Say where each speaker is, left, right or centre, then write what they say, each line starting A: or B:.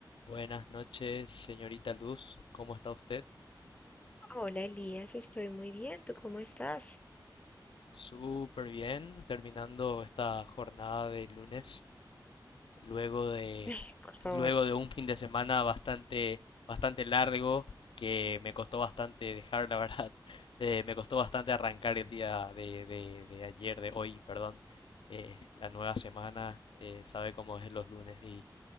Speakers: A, on the left (about 85°); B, on the left (about 15°).
A: Buenas noches, señorita Luz. ¿Cómo está usted?
B: Hola Elías, estoy muy bien. ¿Tú cómo estás?
A: Súper bien, terminando esta jornada de lunes, luego de,
B: <laughs> Ay, Por favor,
A: luego de un fin de semana bastante, bastante largo, que me costó bastante dejar, la verdad. <laughs> Eh, me costó bastante arrancar el día de, de- de ayer, de hoy, perdón. eh, la nueva semana, eh, sabe cómo es los lunes. Y